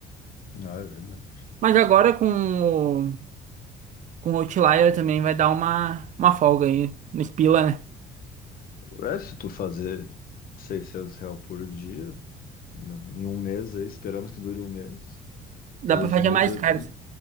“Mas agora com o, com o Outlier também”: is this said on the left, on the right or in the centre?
Right